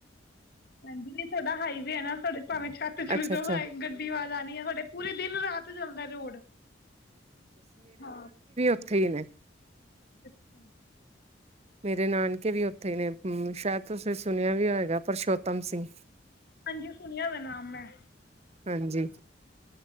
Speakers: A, on the left (about 55°); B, on the right (about 35°).
A: ਦੀਦੀ ਸਾਡਾ ਹਾਈਵੇ ਹੈ ਨਾ ਸਾਡੇ ਭਾਵੇਂ ਛੱਤ ਚਲੇ
B: ਅੱਛਾ-ਅੱਛਾ
A: ਜਾਓ ਆਵਾਜ਼ ਆ ਨ ਆ ਸਾਡੇ ਪੂਰੇ ਦਿਨ ਰਾਤ ਚਲਦਾ ਰੋਡ ਹਾਂ
B: ਠੀਕ ਏ
A: ਅੱਛਾ
B: ਮੇਰੇ ਨਾਨਕੇ ਵੀ ਉੱਥੇ ਨੇ ਸ਼ਾਇਦ ਤੁਸੀਂ ਸੁਣਿਆ ਵੀ ਹੋਏਗਾ ਪਰਸ਼ੋਤਮ ਸਿੰਘ
A: ਹਾਂਜੀ ਸੁਣਿਆ ਏ ਨਾਮ ਮੈ
B: ਹਾਂਜੀ